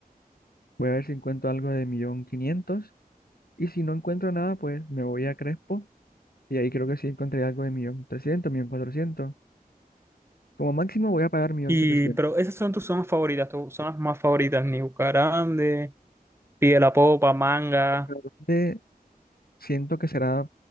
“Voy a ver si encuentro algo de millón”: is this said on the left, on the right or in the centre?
Left